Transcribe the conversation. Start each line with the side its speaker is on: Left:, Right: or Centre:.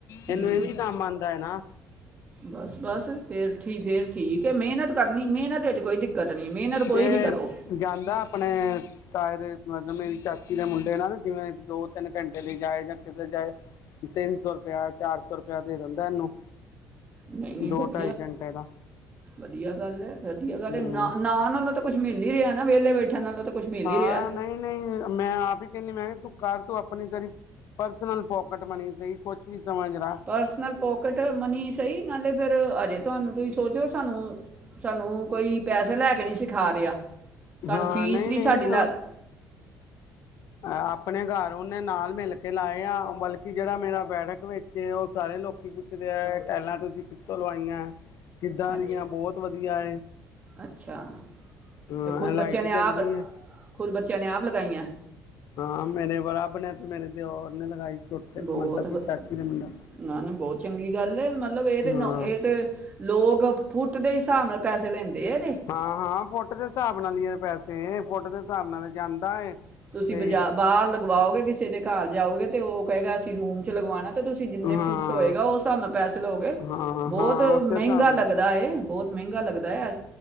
Right: ਹੂੰ
Left: ਇਹਨੂੰ ਇਹ ਵੀ ਨੀ ਕੰਮ ਆਦਾਂ ਹੈ ਨਾ।
Right: ਬਸ ਬਸ ਫੇਰ ਠੀਕ ਫੇਰ ਠੀਕ ਹੈ ਮਿਹਨਤ ਕਰਨੀ ਮਿਹਨਤ ਵਿੱਚ ਕੋਈ ਦਿੱਕਤ ਨਹੀਂ ਮਿਹਨਤ
Left: ਤੇ
Right: ਕੋਈ ਵੀ ਕਰੋ
Left: ਜਾਂਦਾ ਆਪਣੇ ਤਾਏ ਦੇ ਮਤਲਬ ਮੇਰੀ ਚਾਚੀ ਦੇ ਮੁੰਡੇ ਨਾਲ ਜਿਵੇਂ ਦੋ- ਤਿੰਨ ਘੰਟੇ ਲਈ ਜਾਏ ਜਾਂ ਕਿਤੇ ਜਾਏ। ਤਿੰਨ ਸੌ ਰੁਪਇਆ, ਚਾਰ ਸੌ ਰੁਪਇਆ ਦੇ ਦਿੰਦਾਂ ਇਹਨੂੰ
Right: ਨਹੀਂ -ਨਹੀਂ
Left: ਦੋ
Right: ਵਧੀ
Left: ਢਾਈ ਘੰਟੇ ਦਾ।
Right: ਵਧੀਆ ਗੱਲ ਏ-ਵਧੀਆ ਗੱਲ
Left: ਹਮ
Right: ਏ ਨਾ-ਨਾ ਨਾਲੋਂ ਤਾਂ ਕੁਛ ਮਿਲ ਹੀ ਰਿਹਾ ਨਾ। ਵਿਹਲੇ ਬੈਠਣ ਨਾਲੋਂ ਤਾਂ ਕੁਛ ਮਿਲ
Left: ਹਾਂ
Right: ਹੀ ਰਿਹਾ।
Left: ਨਹੀਂ ਨਹੀਂ ਮੈਂ ਆਪ ਹੀ ਕਹਿਣੀ, ਮੈਂ ਕਿਹਾ ਤੂੰ ਕਰ ਤੂੰ ਆਪਣੀ ਤੇਰੀ ਪਰਸਨਲ ਪੋਕਟ ਮਨੀ ਸਹੀ, ਕੁਛ ਵੀ ਸਮਝ ਰਹਾ।
Right: ਪਰਸਨਲ ਪੋਕਿਟ ਮਨੀ ਸਹੀ ਨਾਲੇ ਫਿਰ ਹਜੇ ਤੁਹਾਨੂੰ ਤੁਸੀਂ ਸੋਚੋ ਸਾਨੂੰ ਸਾਨੂੰ ਕੋਈ ਪੈਸੇ ਲੈ ਕੇ ਨਹੀ ਸਿਖਾ ਰਿਹਾ। ਸਾਨੂੰ
Left: ਹਾਂ
Right: ਫੀਸ
Left: ਨਹੀਂ
Right: ਵੀ
Left: ਨਹੀਂ
Right: ਸਾਡੀ ਲੱਗ
Left: ਹਾਂ, ਆਪਣੇ ਘਰ ਉਹਨੇ ਨਾਲ ਮਿਲ ਕੇ ਲਾਏ ਆ ਬਲਕਿ ਜਿਹੜਾ ਮੇਰਾ ਬੈਠਕ ਵਿੱਚ ਉਹ ਸਾਰੇ ਲੋਕੀ ਟਾਇਲਾਂ ਤੁਸੀਂ ਕਿਥੋਂ ਲਵਾਈਆਂ, ਕਿੱਦਾਂ
Right: ਅੱਛਾ
Left: ਦੀਆਂ ਬਹੁਤ ਵਧੀਆ।
Right: ਅੱਛਾ
Left: ਹਾਂ
Right: ਤੇ ਖੁਦ
Left: ਲਾਈਟ
Right: ਬੱਚਿਆਂ ਨੇ
Left: ਜਗਦੀ
Right: ਆਪ
Left: ਹੈ
Right: ਖੁਦ ਬੱਚਿਆਂ ਨੇ ਆਪ ਲਗਾਈਆਂ।
Left: ਹਾਂ ਮੇਰੇ ਬਾਪ ਨੇ ਤੇ ਮੇਰੇ ਦਿਓਰ ਨੇ ਲਗਾਈ। ਛੋਟੇ
Right: ਬਹੁਤ
Left: ਮਤਲਬ
Right: ਵਧੀ
Left: ਕਿ ਚਾਚੀ ਦਾ ਮੁੰਡਾ
Right: ਨਾ-ਨਾ ਬਹੁਤ ਚੰਗੀ ਗੱਲ ਏ ਮਤਲਬ ਇਹ ਤੇ
Left: ਹਾਂ
Right: ਨ ਇਹ ਤੇ ਲੋਕ ਫੁੱਟ ਦੇ ਹਿਸਾਬ ਨਾਲ ਪੈਸੇ ਲੈਦੇ ਆ ਇਹਦੇ।
Left: ਹਾਂ -ਹਾਂ ਫੁੱਟ ਦੇ ਹਿਸਾਬ ਨਾਲ ਹੀ ਆ ਪੈਸੇ। ਫੁੱਟ ਦੇ ਹਿਸਾਬ ਨਾਲ ਜਾਂਦਾ ਏ।
Right: ਤੁਸੀ
Left: ਤੇ
Right: ਬਜਾ ਬਾਹਰ ਲਗਵਾਓਗੇ ਕਿਸੇ ਦੇ ਘਰ ਜਾਓਗੇ ਤੇ ਉਹ ਕਹੇਗਾ, ਅਸੀਂ ਰੂਮ ਚ ਲਗਵਾਣਾ। ਤੇ ਤੁਸੀਂ ਜਿੰਨੇ
Left: ਹਾਂ
Right: ਫੁੱਟ ਹੋਏਗਾ। ਉਸ ਹਿਸਾਬ ਨਾਲ ਪੈਸੇ ਲਓਗੇ।
Left: ਹਾਂ
Right: ਬਹੁਤ
Left: ਹਾਂ ਉਸੇ ਹਿਸਾਬ
Right: ਮਹਿੰਗਾ ਲੱਗਦਾ
Left: ਨਾਲ
Right: ਏ ਬਹੁਤ ਮਹਿੰਗਾ ਲੱਗਦਾ ਏ ਅ